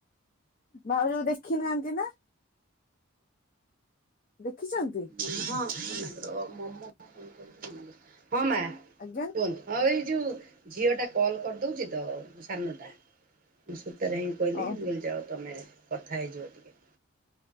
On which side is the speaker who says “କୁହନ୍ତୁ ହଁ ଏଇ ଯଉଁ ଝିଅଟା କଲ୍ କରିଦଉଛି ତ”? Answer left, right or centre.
Right